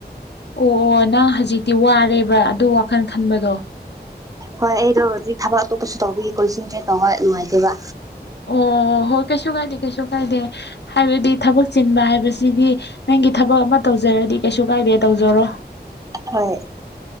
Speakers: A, on the left; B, on the right.
A: ꯑꯣ ꯑꯣ ꯅꯪ ꯍꯧꯖꯤꯛꯇꯤ ꯋꯥꯔꯦꯕ ꯑꯗꯨ ꯋꯥꯈꯜ ꯈꯟꯕꯗꯣ
B: ꯍꯣꯏ ꯑꯩꯗꯣ ꯍꯧꯖꯤꯛ ꯊꯕꯛ ꯑꯇꯣꯞꯄꯁꯨ ꯇꯧꯕꯤꯒꯤ ꯀꯣꯜꯁꯤꯟꯁꯦ ꯇꯧꯕ ꯅꯨꯡꯉꯥꯏꯇꯦꯕ
A: ꯑꯣ ꯍꯣꯏ ꯀꯩꯁꯨ ꯀꯥꯏꯗꯦ ꯀꯩꯁꯨ ꯀꯥꯏꯗꯦ ꯍꯥꯏꯕꯗꯤ ꯊꯕꯛ ꯆꯤꯟꯕ ꯍꯥꯏꯕꯁꯤꯗꯤ ꯅꯪꯒꯤ ꯊꯕꯛ ꯑꯃ ꯇꯧꯖꯔꯗꯤ ꯀꯩꯁꯨ ꯀꯥꯏꯗꯦ ꯇꯧꯖꯔꯣ
B: ꯍꯣꯏ